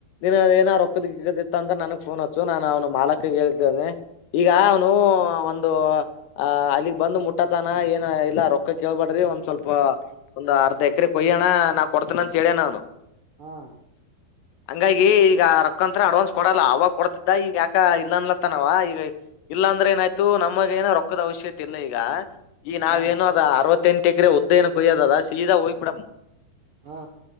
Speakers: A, on the left; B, on the right.
A: ಇನ್ನ ಏನ ರೊಕ್ಕತ್ತ ಅಂತಂದ್ರೆ ನನಗ್ ಹಚ್ಚು ನಾನು ಅವನ ಮಾಲಕ್ ಹೇಳ್ ಈಗ ಅವನು ಒಂದು ಆ ಅಲ್ಲಿಗ್ ಬಂದು ಮುಟ್ಟತನ ಏನ ಇಲ್ಲಾರ ಪಕ್ಕ ಕೇಳ್ಬಡ್ರಿ ಒಂದ್ ಸ್ವಲ್ಪ ಒಂದ್ ಅರ್ಧ ಎಕರೆ ಕೊಯ್ಯೋಣ ನಾವ್ ಕೊಡ್ತನ ಅಂತೇಳ್ಯ ಅವನು
B: ಹಾ
A: ಹಂಗಾಗಿ ಈಗ ರೊಕ್ಕಂತ್ರ ಅಡ್ವಾನ್ಸ್ ಕೊಡಲ್ಲ ಅವವಾಗ ಕೊಡ್ತಿದ್ದ ಈಗ ಯಾಕ ಇಲ್ಲ ಅನ್ಲ ಇತ್ತನವ ಈಗ ಇಲ್ಲಾ ಅಂದ್ರೆ ಏನಾಯ್ತು ನಮ್ಗ ಏನೋ ರೊಕ್ಕದ ಅವಶ್ಯಕತೆ ಇಲ್ಲ ಈಗ ಈ ನಾವೇನು
B: ಹಾ
A: ಅದ ಅರವತ್ತತ್ಂಟು ಎಕರೆ ಉದ್ದ ಏನ್ ಕೊಯ್ಯದ ಸೀದಾ ಹಯ್ ಬಿಡಮ್
B: ಹಾ